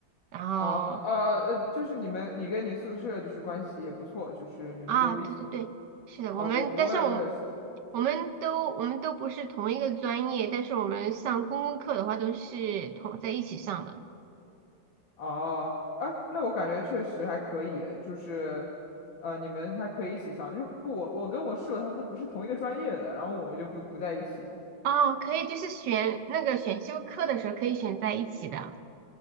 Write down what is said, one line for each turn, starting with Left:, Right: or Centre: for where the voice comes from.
Right: 然后
Left: 啊呃呃，就是你们，你跟你宿舍就是关系也不错，就是你们都一起
Right: 啊，对对对，是的，
Left: 啊，
Right: 我们，
Left: 我我也我也是。
Right: 但是我我们都我们都不是同一个专业，但是我们上公共课的话都是同在一起上的。
Left: 哦，哎，那我感觉确实还可以，就是，呃，你们还可以一起上，就是我我跟我室友他们都不是同一个专业的，然后我们就不不在一起。
Right: 哦，可以，就是选那个选修课的时候可以选在一起的。